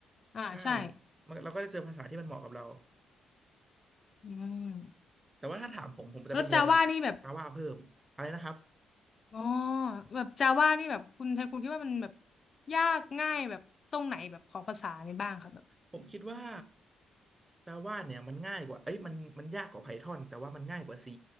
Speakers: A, on the left (about 40°); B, on the right (about 20°).
A: อ่าใช่
B: ใช่มันเราก็จะเจอภาษาที่มันเหมาะกับเรา
A: อืม
B: แต่ว่าถ้าถามผมผมจะไปเรียน
A: แล้วจาว่านี่แบบ
B: Java เพิ่มอะไรนะครับ
A: อ๋อแบบจาว่านี่แบบคุณไทยคุณคิดว่ามันแบบยากง่ายแบบตรงไหนแบบของภาษานี่บ้างครับแบบ
B: ผมคิดว่า Java เนี่ยมันง่ายกว่าเอ้ยมันมันยากกว่า Python แต่ว่ามันง่ายกว่า C